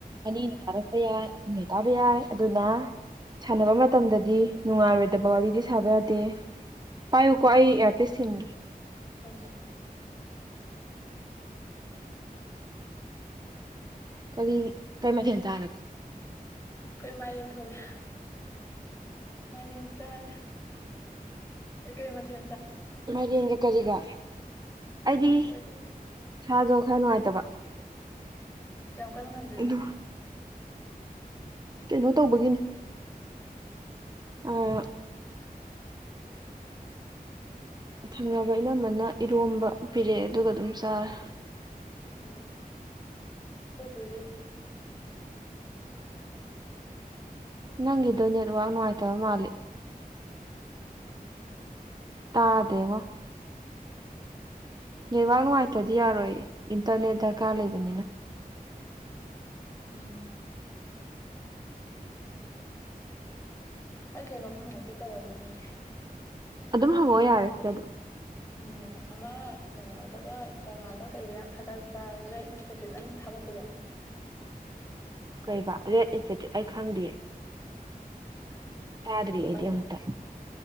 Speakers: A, on the right; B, on the left.
A: ꯑꯅꯤꯅ ꯇꯔꯛ ꯌꯥꯏ ꯑꯩꯈꯣꯏ ꯇꯥꯕ ꯌꯥꯏ ꯑꯗꯨꯅ ꯁꯥꯟꯅꯕ ꯃꯇꯝꯗꯗꯤ ꯗꯤ ꯅꯨꯡꯉꯥꯏꯔꯣꯏꯗꯕ ꯋꯥꯔꯤꯗꯤ ꯁꯥꯕ ꯌꯥꯗꯦ ꯄꯥꯏꯌꯨꯀꯣ ꯑꯩ ꯑꯦꯌꯥꯔꯄꯦ ꯊꯟꯒꯦ
B: ꯔꯚꯥ
A: ꯀꯔꯤ ꯀꯔꯤ ꯃꯊꯦꯜ ꯇꯥꯔꯒꯦ
B: ꯑꯩꯈꯣꯏ ꯃꯥꯏꯔꯦꯟ ꯊꯣꯡꯉꯦ ꯃꯥꯏꯔꯦꯟ ꯁꯔꯦ ꯀꯩ ꯃꯊ
A: ꯃꯔꯤ ꯌꯦꯒ ꯀꯔꯤꯒ ꯑꯩꯗꯤ
B: ꯑꯩꯈꯣꯏꯗꯤ
A: ꯁꯥꯗꯣ ꯈꯔ ꯅꯨꯡꯉꯥꯏꯇꯕ
B: ꯑꯣ ꯀꯧ ꯀꯅ ꯅꯟꯗꯔꯤꯅꯣ
A: ꯑꯗꯨ ꯀꯩꯅꯣ ꯇꯧꯕꯒꯤꯅꯤ ꯑꯥ
B: ꯎꯝ
A: ꯊꯪꯅꯕ ꯏꯅꯝꯝꯕꯅ ꯏꯔꯣꯝꯕ ꯄꯤꯔꯛꯑꯦ ꯑꯗꯨꯒ ꯑꯗꯨꯝ ꯆꯥꯔꯦ
B: ꯑꯣ ꯀꯣꯏ ꯄꯨꯔ
A: ꯅꯪꯒꯤꯗꯣ ꯅꯦꯠꯋꯥꯛ ꯅꯨꯡꯉꯥꯏꯇꯕ ꯃꯥꯜꯂꯤꯦ ꯇꯥꯗꯉꯣ ꯅꯦꯠꯋꯥꯛ ꯅꯨꯡꯉꯥꯏꯇ꯭ꯔꯗꯤ ꯌꯥꯔꯣꯏꯌꯦ ꯏꯟꯇꯔꯅꯦꯠ ꯗꯔꯀꯥꯔ ꯂꯩꯕꯅꯤꯅ
B: ꯎꯝ ꯑꯩ ꯀꯩꯅꯣꯝ ꯍꯪꯉꯛꯀꯦ ꯇꯧꯔꯝꯃꯅꯤꯅꯦ
A: ꯑꯗꯨꯝ ꯍꯪꯉꯛꯑꯣ ꯌꯥꯔꯦ ꯁꯤꯦ ꯑꯗꯨꯝ
B: ꯎꯝ ꯑꯃ ꯀꯩꯅꯣꯗꯒ ꯏꯟꯁꯇꯥꯒ꯭ꯔꯥꯝꯗ ꯀꯩꯗ ꯌꯥꯝ ꯊꯥꯒꯠ ꯄꯥꯏꯔꯦꯠ ꯏꯟꯁꯇꯤꯇ꯭ꯌꯨꯠ ꯑꯃ ꯊꯥꯒꯠꯄꯗꯣ
A: ꯀꯩꯕꯥ ꯔꯦꯠ ꯏꯆꯦ ꯑꯩ ꯈꯪꯗꯦꯌꯦ ꯇꯥꯗ꯭ꯔꯤ ꯑꯩꯗꯤ
B: ꯀꯩꯅꯣ
A: ꯑꯃꯨꯛꯇꯪ